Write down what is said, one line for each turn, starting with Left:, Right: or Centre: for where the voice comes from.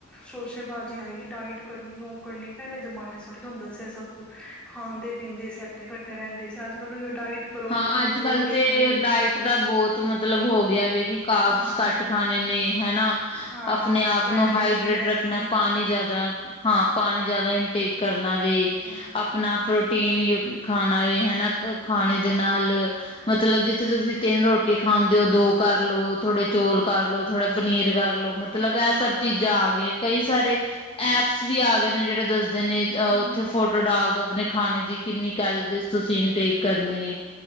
Centre: ਸ਼ੋਸ਼ੇਬਾਜ਼ੀ ਆਈ ਏ ਡਾਇਟ ਕਰਨੀ, ਓ ਕਰਨੀ ਪੈਲੇ ਜਮਾਨੇ ਚ ਥੋੜੀ ਹੁੰਦਾ ਸੀ ਐ ਸਭ ਕੁਛ ਖਾਂਦੇ, ਪੀਂਦੇ ਸੀ ਹੱਟੇ ਕੱਟੇ ਰੈਂਦੇ ਸੀ। ਅੱਜ ਕੱਲ੍ਹ ਓਇਓ ਡਾਇਟ ਕਰੋ
Left: ਹਾਂ,
Centre: ਕਮਜ਼ੋਰ
Left: ਅੱਜ ਕੱਲ੍ਹ ਤੇ
Centre: ਸਰੀਰ
Left: ਡਾਈਟ ਦਾ ਬੌਤ ਮਤਲਬ ਹੋ ਗਿਆ ਵੇ ਕਿ ਕਾਰਬਸ
Centre: ਹਾਂ
Left: ਘੱਟ ਖਾਣੇ ਨੇ ਹੈਨਾ।
Centre: ਹਾਂ
Left: ਆਪਣੇ ਆਪ
Centre: ਕੈਲਰੀਜ਼
Left: ਨੂੰ ਹਾਈਡਰੇਟ
Centre: ਨੀ ਲੈਣੀ
Left: ਰੱਖਣਾ ਏ ਪਾਣੀ ਜਾਦਾ ਹਾਂ, ਪਾਣੀ ਜਾਦਾ ਇਨਟੇਕ ਕਰਨਾ ਵੇ।
Centre: ਹਾਂ!
Left: ਆਪਣਾ ਪ੍ਰੋਟੀਨ ਯੁਕ ਖਾਣਾ ਵੇ ਹਨਾ ਖਾਣੇ
Centre: ਹਾਂ
Left: ਦੇ ਨਾਲ ਮਤਲਬ ਜਿੱਥੇ ਤੁਸੀਂ, ਤਿੰਨ ਰੋਟੀਆਂ ਖਾਂਦੇ ਹੋ, ਦੋ ਕਰ ਲੋ, ਥੋੜੇ ਚੌਲ ਕਰ ਲੋ, ਥੋੜੇ ਪਨੀਰ ਕਰ ਲੋ, ਮਤਲਬ
Centre: ਹਾਂ
Left: ਇਹ ਸਭ
Centre: ਮਤਲਬ
Left: ਚੀਜ਼ਾਂ ਆ ਗਈ। ਕਈ ਸਾਰੇ ਐਪਸ ਵੀ ਆ ਗਏ ਨੇ। ਜਿਹੜੇ ਦੱਸਦੇ ਨੇ, ਅ
Centre: ਹਮ
Left: ਉੱਥੇ ਫੋਟੋ ਡਾਲ ਦੋ। ਆਪਣੇ ਖਾਣੇ ਦੀ ਕਿੰਨੀ ਕੈਲਰੀਜ਼ ਤੁਸੀਂ, ਇਨਟੇਕ ਕਰਨੀ ਹੈ?